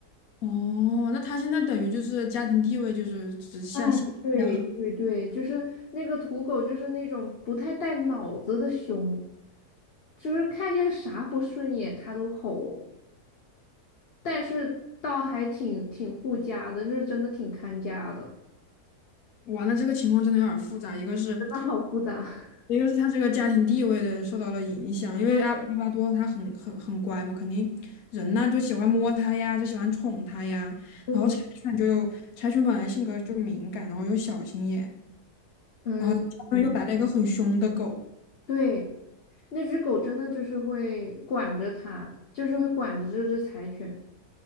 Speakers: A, on the left; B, on the left.
A: 哦，那他现在等于就是家庭地位就是只下下降，
B: 哎，对对对，就是那个土狗，就是那种不太带脑子的熊，就是看见啥不顺眼它都吼，但是倒还挺挺护家的，就是真的挺看家的，
A: 哇，那这个情况真的有点儿复杂，一个是
B: 真的好复杂。<laughs>
A: 一个是他这个家庭地位的受到了影响，因为阿拉巴多他很很很乖嘛，
B: 对
A: 肯定人呐就喜欢摸它呀，就喜欢宠它呀，
B: 对，
A: 然后柴犬就有柴犬本来性格就敏感，然后又小心眼，
B: 嗯嗯，
A: 然后加上又来了一个很凶的狗，
B: 对，那只狗真的就是会管着它，就是会管着这只柴犬。